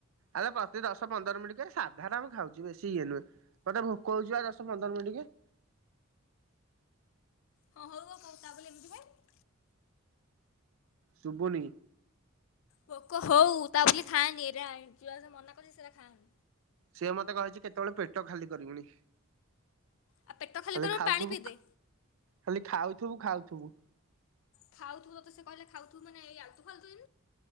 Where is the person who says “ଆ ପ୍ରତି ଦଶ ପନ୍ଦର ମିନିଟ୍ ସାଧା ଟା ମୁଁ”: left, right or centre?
Right